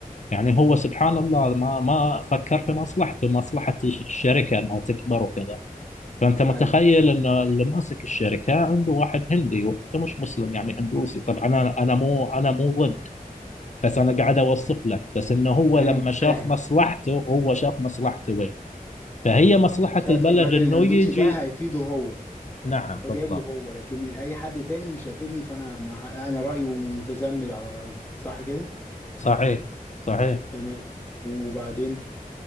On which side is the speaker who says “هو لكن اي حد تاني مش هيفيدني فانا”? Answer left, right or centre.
Left